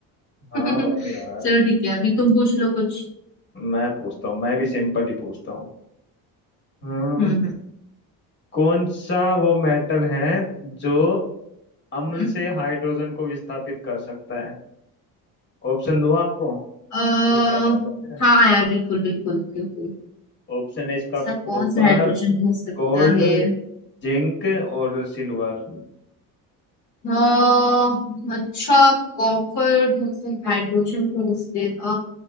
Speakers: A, on the left (about 30°); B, on the left (about 50°).
A: हाँ
B: <laughs>
A: भाई
B: चलो
A: यार
B: ठीक है अभी तुम पूछ लो कुछ
A: मैं पूछता हूँ मैं भी सिंपल ही पूछता हूँ हाँ
B: हम्म हम्म
A: कौन सा वो मेटल है जो अम्ल
B: हम्म।
A: से हाइड्रोजन को विस्थापित कर सकता है ऑप्शन दूँ आपको
B: अ,
A: अगर बता दोगे
B: हाँ यार बिल्कुल बिल्कुल बिल्कुल
A: ऑप्शन है इसका
B: ऐसा
A: कॉपर
B: कौन सा हाइड्रोजन हो सकता
A: गोल्ड
B: है
A: जिंक और सिल्वर
B: अ, अच्छा कॉपर मतलब हाइड्रोजन को रिश्ते अ,